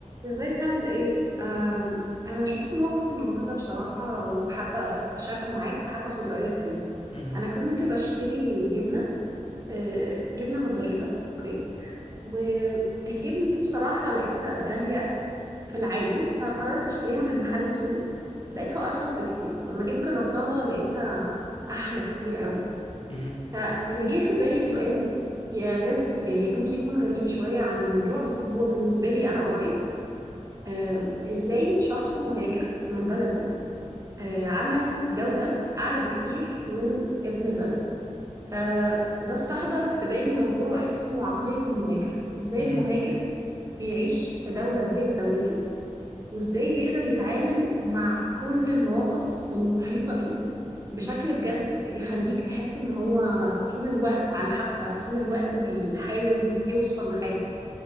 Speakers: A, on the right; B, on the left.
A: ازيك عامل ايه؟ أم، انا شفت موقف النهارده بصراحة وحابة اشاركه معاك وحابة اخد رأيك فيه
B: مهم.
A: انا كنت بشتري جبنة أه، جبنة موتزاريلا اوكي والجبنة دي بصراحة لقيتها غالية في العادي فقررت اشتريها من محل سوري لقيتها ارخص بكتير لما جيت جربتها لقيتها احلى كتير قوي
B: مهم.
A: فاللي جه في بالي سؤال يجوز يجوز يكون غريب شوية عن الموضوع بس هو بالنسبة لي انا قريب آم، ازاي شخص مهاجر من بلده آه، عمل جودة أعلى بكتير من ابن البلد فده استحضر في بالي موضوع اسمه عقلية المهاجر ازاي
B: مهم.
A: المهاجر بيعيش في دولة غير دولته وازاي بيقدر يتعامل مع كل المواقف المحيطة بيه بشكل بجد يخليك تحس ان هو طول الوقت على الحافة طول الوقت بيحاول يوصل لحاجة